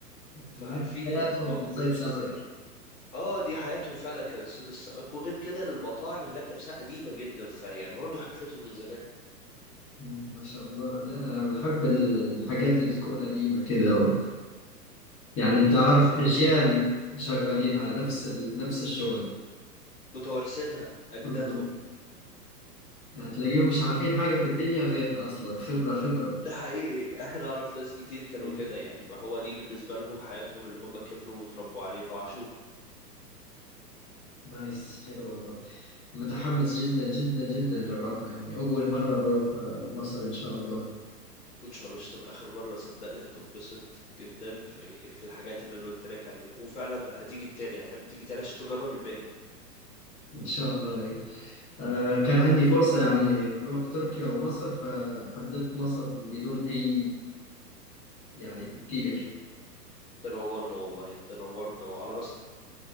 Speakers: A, on the left; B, on the left.
A: الناس
B: فعارفين
A: حياتهم
B: الموضوع
A: صيد
B: بيمشي
A: سمك
B: ازاي اه دي حياتهم فعلا كانت صيد السمك وغير كده المطاعم هناك نفسها قديمة جدا فهي برضه حرفتهم من زمان
A: مم، ما شاء الله لا أنا بحب ال- الحاجات اللي تكون قديمة كده و... يعني انت
B: مم،
A: عارف
B: آه، في
A: اجيال شغالين
B: مم،
A: على نفس ال... نفس الشغل
B: متوارثينها أجدادهم
A: بالظبط يعني تلاقيهم مش عارفين حاجة في الدنيا غيرها اصلا خبرة خبرة
B: ده حقيقي <laughs> احنا اعرف ناس كتير كانوا
A: طيب،
B: كده يعني ما هو دي بالنسبة لهم حياتهم اللي هم كبروا وتربوا عليها وعاشوها
A: نايس حلو والله متحمس جدا جدا جدا للراحة يعني اول مرة نروح آه، مصر ان شاء الله
B: ان شاء الله مش تبقى اخر مره صدقني هتنبسط جدا في يعني في الحاجات اللي انا قلت لك عليها وفعلا هتيجي تاني هتحب تيجي تاني عشان تجرب الباقي
A: ان شاء الله آه، كان عندي فرصة يعني نروح تركيا أو مصر فحددت مصر بدون أي يعني تفكير
B: تنورنا والله تنورنا وعلى راسنا